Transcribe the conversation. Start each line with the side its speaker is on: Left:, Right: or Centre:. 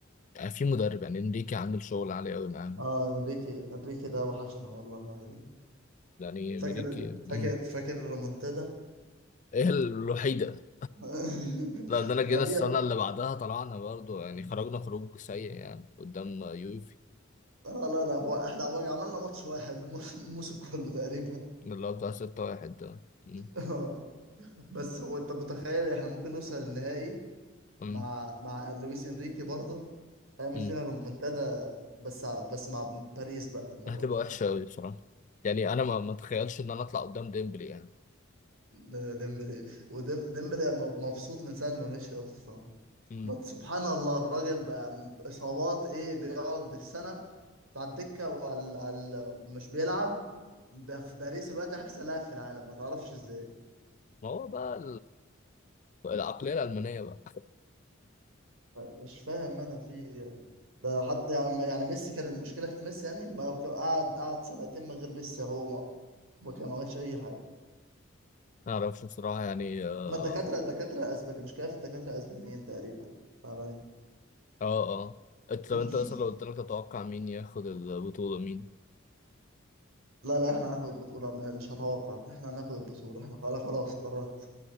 Left: يعني في مدرب يعني إنريكي عامل شغل عالي أوي معاهم
Right: اه انريكي انريكي ده وحشنا والله العظيم
Left: يعني
Right: فاكر
Left: إنريكي
Right: فاكر
Left: مم.
Right: فاكر الرومنتادا
Left: هي الوحيدة
Right: <laughs>
Left: لا ده أنا جينا
Right: هدي
Left: السنة اللي بعدها طلعنا برضو يعني خرجنا خروج سيء يعني قدام يوفي
Right: اه لا لا هو احنا عمال- عملنا ماتش واحد الم- الموسم كله تقريبا <laughs>
Left: اللي هو بتاع ستة واحد ده مم.
Right: آه، بس هو انت متخيل احنا ممكن نوصل النهائي
Left: مم.
Right: مع مع لويس انريكي برضه هيعمل
Left: مم.
Right: فينا رومنتادا بس ع- بس مع باريس بقى المرة
Left: هتبقى
Right: دي
Left: وحشة أوي بصراحة يعني أنا ما ما أتخيلش إن أنا أطلع قدام ديمبلي يعني
Right: ده ديمبلي وديمبلي مبسوط من ساعة ما مشي أصلا
Left: مم.
Right: ما سبحان الله الراجل بقى إصابات إيه بيقعد بالسنة على الدكة وعلى على مش بيلعب بقى في باريس الوقت أحسن لاعب في العالم ما تعرفش إزاي
Left: ما هو بقى ال- العقلية الألمانية بقى <laughs>
Right: مش فاهم أنا في إيه. ده حد يعني يعني ميسي كان المشكلة في ميسي يعني ما قعد قعد سنتين من غير ميسي هو ما وكان ما عملش أي حاجة
Left: ما أعرفش بصراحة يعني آه،
Right: احنا الدكاترة الدكاترة أسباني مشكلة في الدكاترة أسبانيين تقريبا تعبانين
Left: اه اه انت
Right: <laughs>
Left: لو انت مثلا لو قلت لك تتوقع مين ياخد البطولة مين
Right: لا لا احنا هناخد البطولة م- مش هتوقع احنا هناخد البطولة احنا خلاص خلاص قررت